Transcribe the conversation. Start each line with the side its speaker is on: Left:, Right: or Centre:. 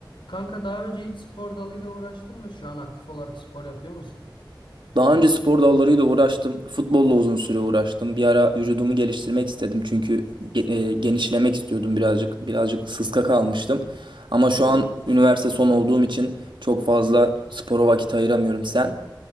Left: Kanka daha önce hiç spor dalıyla uğraştın mı? Şu an aktif olarak spor yapıyor musun?
Right: Daha önce spor dallarıyla uğraştım. Futbolla uzun süre uğraştım. Bir ara vücudumu geliştirmek istedim çünkü ge- e, genişlemek istiyordum birazcık. Birazcık sıska kalmıştım. Ama şu an üniversite son olduğum için çok fazla spora vakit ayıramıyorum sen.